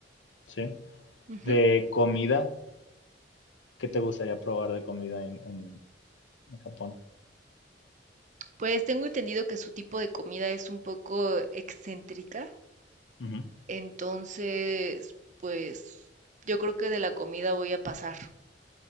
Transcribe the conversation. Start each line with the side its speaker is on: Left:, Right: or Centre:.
Left: ¿sí?
Right: Ujú.
Left: De comida, ¿qué te gustaría probar de comida en, en, en Japón?
Right: Pues tengo entendido que su tipo de comida es un poco excéntrica,
Left: Uh -huh.
Right: entonces, pues yo creo que de la comida voy a pasar.